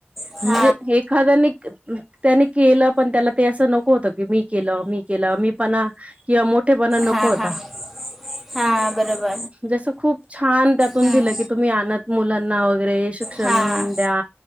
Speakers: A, in the centre; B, on the right.
A: हां
B: म्हणजे एखाद्याने <unintelligible> त्याने केलं पण त्याला ते असं नको होतं की मी केलं मी केलं मीपणा किंवा मोठेपणा नको
A: हां
B: होता.
A: हां हां बरोबर
B: जसं खूप छान त्यातून
A: हं.
B: दिलं की तुम्ही अनाथ मुलांना वगैरे शि क्षण
A: हां
B: द्या